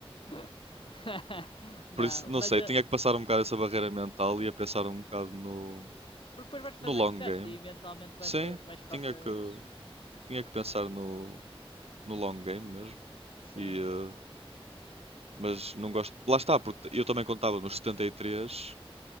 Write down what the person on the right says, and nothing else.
Por isso, não
sei,
tinha que passar um bocado essa barreira mental e a pensar um bocado no,
no
long
game.
Sim,
tinha
que,
tinha que pensar no, no long game mesmo.
E, eh, mas não gosto. Lá está, porque eu também contava nos setenta e três